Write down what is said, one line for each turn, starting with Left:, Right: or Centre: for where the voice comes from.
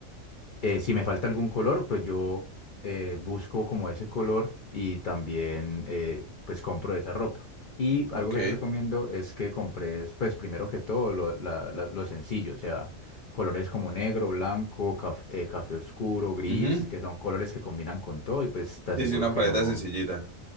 Left: eh, si me falta algún color, pues yo eh, busco como ese color y también eh, pues compro esa ropa. Y
Right: Ok.
Left: algo que te recomiendo es que compres pues primero que todo lo, la- la- lo sencillo, o sea, colores como negro, blanco, caf- eh, café oscuro, gris,
Right: Ujú.
Left: que son colores que combinan con todo y pues te aseguro
Right: Sí, sí, una
Left: que
Right: paleta
Left: no,
Right: sencillita.